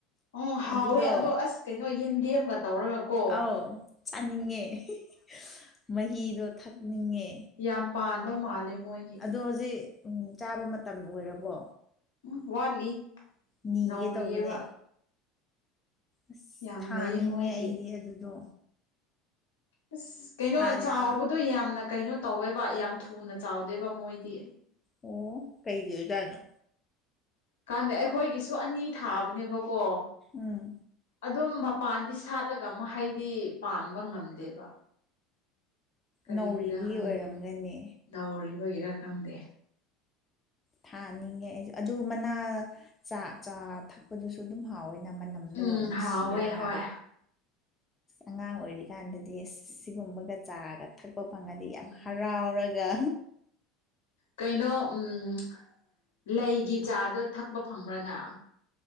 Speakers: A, on the left; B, on the left.
A: ꯎꯝ ꯍꯥꯎꯋꯦ
B: ꯑꯗꯨꯗꯣ
A: ꯑꯗꯣ ꯑꯁ꯫ ꯀꯩꯅꯣ ꯌꯦꯟꯗꯦꯝꯒ ꯇꯧꯔꯒ ꯀꯣ꯫
B: ꯑꯥꯎ ꯆꯥꯅꯤꯡꯉꯦ ꯍꯤ ꯍꯤ ꯃꯍꯤꯗꯣ ꯊꯛꯅꯤꯡꯉꯦ꯫
A: ꯌꯥꯝ ꯄꯥꯟꯕ ꯃꯥꯜꯂꯦ ꯃꯣꯏꯒꯤ꯫
B: ꯗꯣ ꯍꯧꯖꯤꯛ ꯎꯝ ꯆꯥꯕ ꯃꯇꯝ ꯑꯣꯏꯔꯕꯣ꯫
A: ꯎꯝ ꯋꯥꯠꯂꯤ꯫
B: ꯅꯤꯒꯦ
A: ꯅꯧꯔꯤꯌꯦꯕ
B: ꯇꯧꯕꯅꯦ꯫ ꯑꯁ
A: ꯌꯥꯝ
B: ꯊꯥꯅꯤꯡꯉꯦ
A: ꯂꯩꯌꯦ ꯃꯣꯏꯒꯤ
B: ꯑꯩꯗꯤ ꯑꯗꯨꯗꯣ꯫
A: ꯑꯁ ꯀꯩꯅꯣ
B: ꯍꯥꯟꯅ
A: ꯆꯥꯎꯕꯗꯣ ꯌꯥꯝꯅ ꯀꯩꯅꯣ ꯇꯧꯋꯦꯕ ꯌꯥꯝ ꯊꯨꯅ ꯆꯥꯎꯗꯦꯕ ꯃꯣꯏꯗꯤ꯫
B: ꯑꯣ ꯀꯩꯒꯤꯣꯖꯅꯣ
A: ꯀꯥꯟꯗꯦ ꯑꯩꯈꯣꯏꯒꯤꯁꯨ ꯑꯅꯤ ꯊꯥꯕꯅꯦꯕꯀꯣ
B: ꯎꯝ
A: ꯑꯗꯨꯝ ꯃꯞ ꯄꯥꯟꯗꯤ ꯁꯥꯠꯂꯒ ꯃꯍꯩꯗꯤ ꯄꯥꯟꯕ ꯉꯝꯗꯦꯕ ꯀꯔꯤꯒꯤꯔ
B: ꯅꯧꯔꯤꯕꯒꯤ
A: ꯈꯪꯗꯦ
B: ꯑꯣꯏꯔꯝꯒꯅꯤ
A: ꯗꯥꯎꯔꯤꯕꯒꯤꯔ ꯈꯪꯗꯦ
B: ꯊꯥꯅꯤꯡꯉꯦ ꯑꯩꯁꯨ ꯑꯗꯨ ꯃꯅꯥ ꯆꯥ ꯆꯥ ꯊꯛꯄꯗꯨꯁꯨ ꯑꯗꯨꯝ ꯍꯥꯎꯋꯦꯅ ꯃꯅꯝ꯫
A: ꯎꯝ
B: ꯗꯣ ꯅꯨꯡꯁꯤꯔꯒ꯫
A: ꯍꯥꯎꯋꯦ ꯍꯣꯏ
B: ꯑꯉꯥꯡ ꯑꯣꯏꯔꯤꯀꯥꯟꯗꯗꯤ ꯑꯁ ꯁꯤꯒꯨꯝꯕꯒ ꯆꯥꯒ ꯊꯛꯄ ꯐꯪꯉꯗꯤ ꯌꯥꯝ
A: ꯎꯝ
B: ꯍꯔꯥꯎꯔꯒ꯫
A: ꯀꯩꯅꯣ ꯎꯝ ꯂꯩꯒꯤ ꯆꯥꯗꯣ ꯊꯛꯄ ꯐꯪꯕ꯭ꯔꯅ꯫